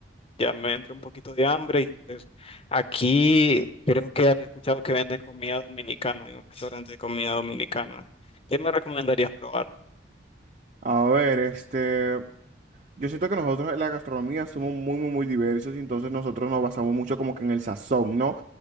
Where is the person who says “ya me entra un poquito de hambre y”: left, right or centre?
Left